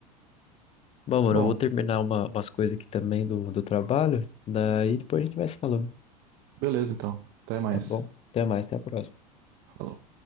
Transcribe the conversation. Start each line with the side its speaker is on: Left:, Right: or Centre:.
Left: Bom, mano,
Right: Bom,
Left: eu vou terminar uma- umas coisas aqui também do, do trabalho. Daí depois a gente vai se falando.
Right: beleza então, até mais.
Left: Tá bom? Até mais, até a próxima.
Right: Falou.